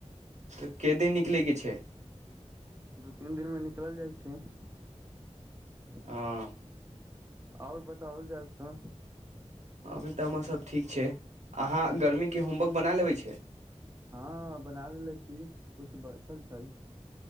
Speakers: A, on the right; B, on the right.
A: तऽ क दिन निकलयके छै
B: दू तीन दिन में निकल जाइ छै च छ
A: हँ
B: आओर बताओल जाय छौ
A: अभी तऽ हमरसभ ठीक छै अहाँ गर्मीके होमवर्क बना लेबै छै
B: हँ बना ले छी कुछ बचल छै